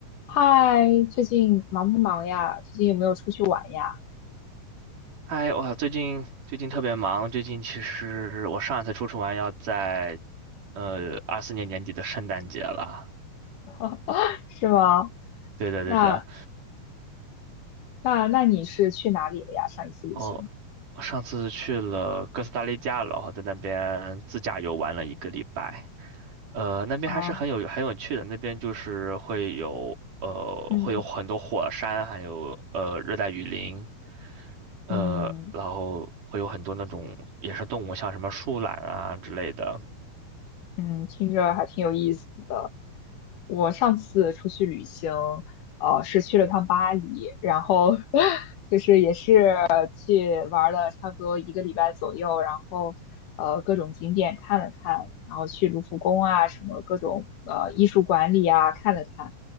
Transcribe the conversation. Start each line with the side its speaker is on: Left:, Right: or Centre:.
Left: 嗨，最近忙不忙呀？最近有没有出去玩呀？
Right: 嗨，我最近最近特别忙。最近其实我上一次出去玩要在，呃，二四年年底的圣诞节了。
Left: <laughs> 是吗？
Right: 对的，
Left: 那
Right: 对的。
Left: 那那你是去哪里了呀？上一次旅行？
Right: 哦，我上次去了哥斯达黎加，然后在那边自驾游玩了一个礼拜。呃，那边还是很有很有趣的。
Left: 啊，
Right: 那边就是会有呃会有很多火山，
Left: 嗯
Right: 还有呃热带雨林，呃，
Left: 嗯，
Right: 然后会有很多那种野生动物，像什么树懒啊之类的。
Left: 嗯，听着还挺有意思的。我上次出去旅行，呃，是去了趟巴黎，然后 <laughs> 就是也是去玩了差不多一个礼拜左右，然后呃各种景点看了看，然后去卢浮宫啊，什么各种呃艺术馆里啊看了看。